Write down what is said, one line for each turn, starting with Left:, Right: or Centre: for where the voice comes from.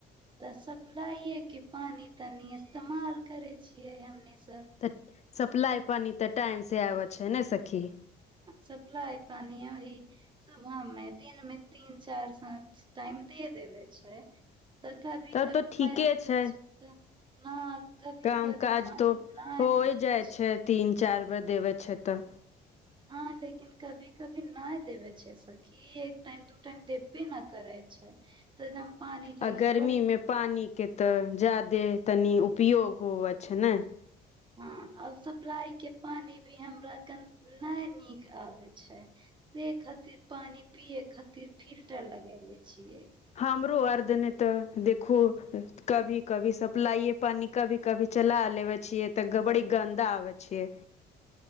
Right: तऽ सप्लाइएके पानी तनि इस्तेमाल करै छियै हमनी सब
Left: तऽ सप्लाइ पानी तऽ टाइम से आबै छै ने सखी
Right: सप्लाइ पानी याहि सुबह मे दिनमे तीन चारि साँच टाइम दे देबे छै तऽ कभी
Left: तब
Right: कभी
Left: तऽ ठीके छै
Right: न कभी
Left: काम
Right: कभी
Left: काज
Right: पानी
Left: तो
Right: नय
Left: होइ
Right: देवे
Left: जाइ
Right: छै
Left: तीन चार बेर देबऽ छै तऽ
Right: हँ लेकिन कभी कभी नहि देवे छै सखी ई एक टाइम दू टाइम देबे न करै छै तऽ दम पानी लागी
Left: आ गर्मी
Right: बड़ी
Left: मे पानी के तऽ ज्यादे तनी उपयोग होव छै ने
Right: हँ आब सप्लाई के पानी भी हमरा कन न नीक आबे छै से खातिर पानी पियए खातिर फिल्टर लगेले छियै
Left: हमरो आर देने तऽ देखू कभी कभी सप्लाइे पानी कभी कभी चला लेबे छियै तऽ गबड़ी गन्दा आबे छियै